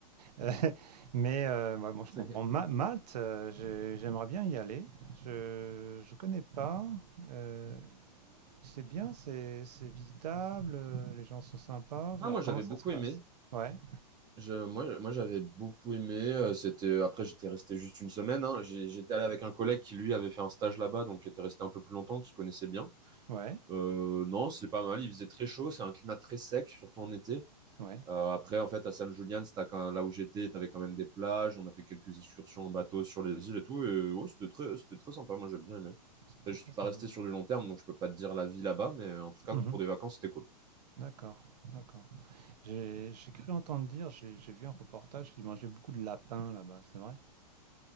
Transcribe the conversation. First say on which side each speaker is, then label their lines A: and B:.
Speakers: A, on the right; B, on the right.
A: Euh, <laughs> mais euh, ouais, bon, je
B: C'est-
A: comprends. Ma-
B: <laughs>
A: Malte, euh, j'ai- j'aimerais bien y aller. Je, je connais pas. Euh, C'est bien, c'est c'est visitable, heu, les gens sont sympas.
B: Ah,
A: Alors
B: moi j'avais
A: comment ça
B: beaucoup
A: se passe?
B: aimé.
A: Ouais,
B: Je, moi, moi j'avais beaucoup aimé. Euh, C'était après j'étais resté juste une semaine. hein. J'ai- J'étais allé avec un collègue qui lui avait fait un stage là-bas, donc qui était resté un peu plus longtemps, qui connaissait bien.
A: ouais,
B: Euh, non, c'est pas mal. Il faisait très chaud. C'est un climat très sec, surtout en été.
A: ouais.
B: Euh, après, en fait, à San Julian, c'était quand- là où j'étais, tu avais quand même des plages. On a fait quelques excursions en bateau sur les îles et tout. Et ouais, c'était très, c'était très sympa. Moi, j'ai bien aimé.
A: C'était
B: Après, Je
A: très
B: suis
A: sympa.
B: pas resté sur du long terme, donc je peux pas te dire la vie là-bas, mais en tout cas,
A: Mmh
B: pour des vacances, c'était cool.
A: D'accord, d'accord. J'ai j'ai cru entendre dire, j'ai j'ai vu un reportage qu'ils mangeaient beaucoup de lapins là-bas, c'est vrai?